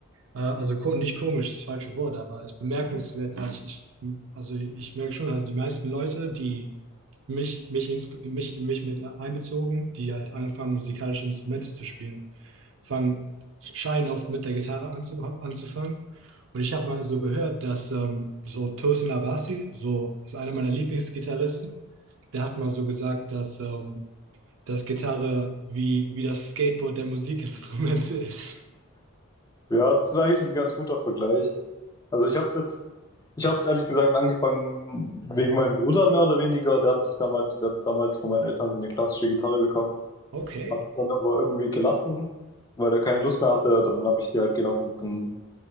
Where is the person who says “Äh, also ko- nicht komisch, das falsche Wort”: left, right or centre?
Right